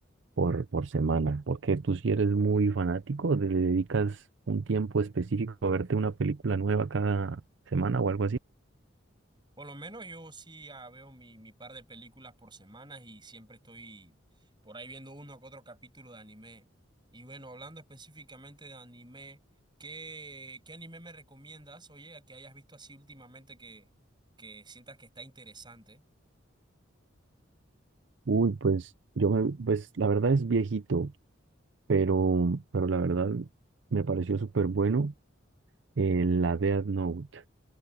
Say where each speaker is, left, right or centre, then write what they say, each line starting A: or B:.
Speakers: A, on the right; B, on the right.
A: por, por semana, porque tú si eres muy fanático, ¿te dedicas un tiempo específico a verte una película nueva cada semana o algo así?
B: Por lo menos yo sí ah, veo mi, mi par de películas por semana y siempre estoy por ahí viendo uno o otro capítulo de anime. Y bueno, hablando específicamente de anime, ¿qué, qué anime me recomiendas? Oye, que hayas visto así últimamente que, que sientas que está interesante.
A: Uy, pues yo me, pues la verdad es viejito, pero, pero la verdad me pareció súper bueno eh, la Death Note.